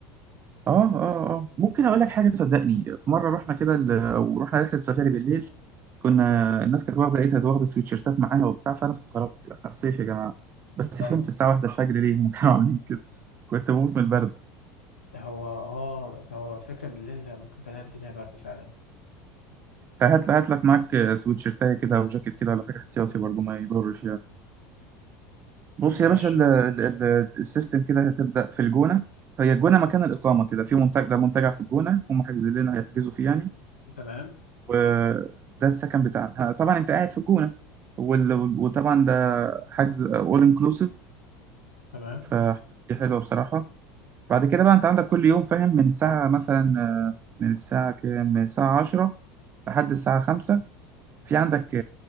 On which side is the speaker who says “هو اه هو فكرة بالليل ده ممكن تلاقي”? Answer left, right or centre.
Left